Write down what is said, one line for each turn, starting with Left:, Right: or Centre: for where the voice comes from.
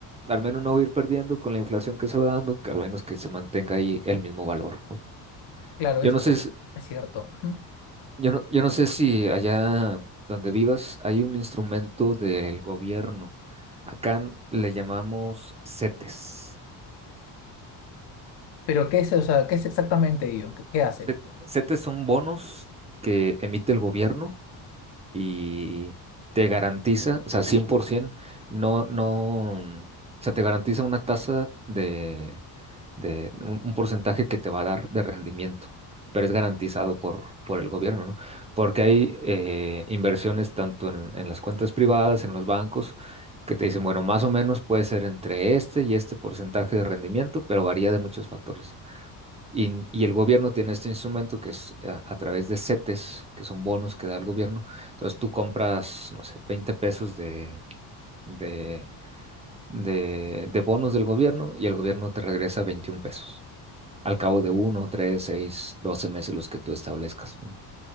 Right: al menos no voy a ir perdiendo con la inflación que se va dando, que al menos que se mantenga ahí el mismo valor, ¿no?
Left: Claro,
Right: Yo
Left: es,
Right: no sé, si-
Left: es cierto. Ujú.
Right: yo no, yo no sé si allá donde vivas hay un instrumento del gobierno. Acá le llamamos CETES.
Left: Pero ¿qué es, o sea, qué es exactamente ello? ¿Qué, qué hace?
Right: Set- CETES son bonos que emite el gobierno y te garantiza, o sea, 100%, no, no, o sea, te garantiza una tasa de, de un, un porcentaje que te va a dar de rendimiento, pero es garantizado por, por el gobierno, ¿no? Porque hay eh, inversiones tanto en, en las cuentas privadas, en los bancos, que te dicen, bueno, más o menos puede ser entre este y este porcentaje de rendimiento, pero varía de muchos factores. Y, y el gobierno tiene este instrumento que es a, a través de CETES, que son bonos que da el gobierno. Entonces tú compras, no sé, 20 pesos de, de, de, de bonos del gobierno y el gobierno te regresa 21 pesos al cabo de uno, tres, seis, doce meses los que tú establezcas. ¿no?